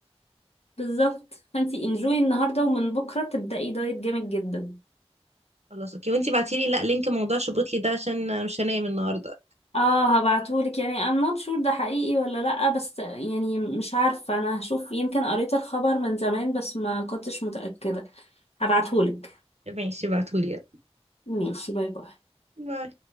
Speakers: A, on the left; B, on the right.
A: بالظبط فانتي انجوي النهارده ومن بكره تبدأي دايت جامد جدا
B: خلاص اوكي وانتي بعتيلي لا لينك موضوع شبوتلي ده عشان انا مش هنام النهارده
A: اه هبعتهولك يعني I'm not sure ده حقيقي ولا لأ بس يعني مش عارفة انا هشوف يمكن قريت الخبر من زمان بس ما كنتش متأكدة هبعتهولك
B: ماشي بعتولي يلا.
A: ماشي باي باي
B: باي